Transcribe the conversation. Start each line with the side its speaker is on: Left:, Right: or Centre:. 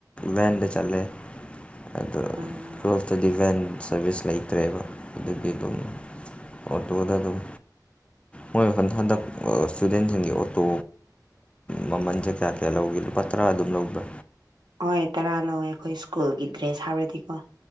Left: ꯂꯥꯏꯟꯗ ꯆꯠꯂꯦ ꯑꯗꯣ
Right: ꯑꯥ ꯎꯝ
Left: ꯇꯨꯋꯦꯜꯐꯇꯗꯤ ꯚꯦꯟ ꯁꯥꯔꯚꯤꯁ ꯂꯩꯇ꯭ꯔꯦꯕ ꯑꯗꯨꯒꯤ ꯑꯗꯨꯝ ꯑꯣꯇꯣꯗ ꯑꯗꯨꯝ ꯃꯣꯏ ꯍꯟꯗꯛ ꯏꯁꯇꯨꯗꯦꯟꯁꯤꯡꯒꯤ ꯑꯣꯇꯣ ꯃꯃꯟꯁꯦ ꯀꯌꯥ ꯀꯌꯥ ꯂꯧꯒꯦ ꯂꯨꯄꯥ ꯇꯔꯥ ꯑꯗꯨꯝ ꯂꯧꯕ꯭ꯔꯥ
Right: ꯍꯣꯏ ꯇꯔꯥ ꯂꯧꯋꯦ ꯑꯩꯈꯣꯏ ꯁ꯭ꯀꯨꯜꯒꯤ ꯗ꯭ꯔꯦꯁ ꯍꯥꯞꯄꯗꯤꯀꯣ